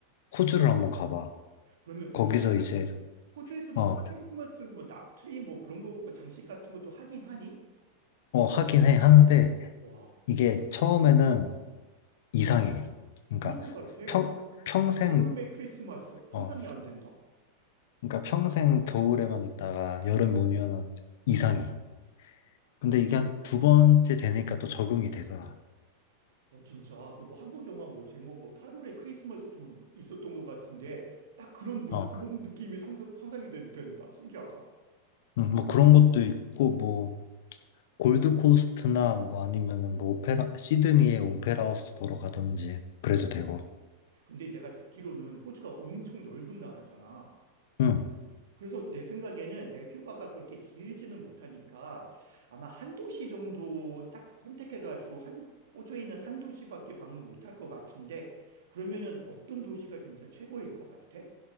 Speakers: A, on the left; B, on the right.
A: 호주를 한번 가봐.
B: 그러면 호주에서는,
A: 거기서 이제,
B: 호주에서도
A: 어,
B: 뭐 크리스마스, 뭐, 나, 트리, 뭐 그런 거, 뭐 장식 같은 것도 하긴 하니?
A: 어, 하긴 해. 하는데
B: 와,
A: 이게 처음에는 이상해. 그러니까
B: 그럴 것 같아.
A: 평, 평생,
B: 여름의 크리스마스 상상이
A: 어,
B: 안 된다.
A: 그러니까 평생 겨울에만 있다가 여름 오면은 이상해. 근데 이게 한 두 번째 되니까 또 적응이 되더라.
B: 어 진짜 그 뭐 한국 영화 뭐 제목 뭐 8월의 크리스마스도 있었던 것 같은데 딱 그런 뭐
A: 어,
B: 그런 느낌이 상상, 상상이 된, 된다. 신기하다.
A: 음, 뭐 그런 것도 있고 뭐 골드코스트나 뭐 아니면은 뭐 오페라 시드니의 오페라하우스 보러 가든지 그래도 되고.
B: 근데 내가 듣기로는 호주가 엄청 넓은 나라잖아.
A: 응.
B: 그래서 내 생각에는 내가 휴가가 그렇게 길지는 못하니까 아마 한 도시 정도 딱 선택해가지고 한 호주에 있는 한 도시밖에 방문 못할 것 같은데 그러면은 어떤 도시가 진짜 최고일 것 같아?